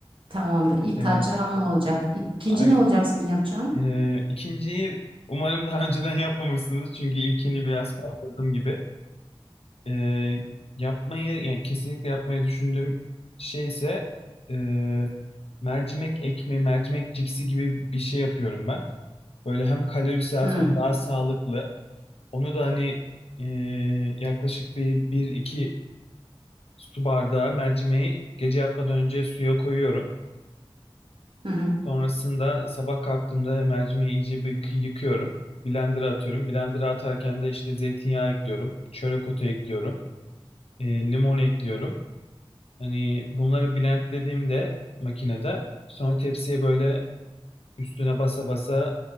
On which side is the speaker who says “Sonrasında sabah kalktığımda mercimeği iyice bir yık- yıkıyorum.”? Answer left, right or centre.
Left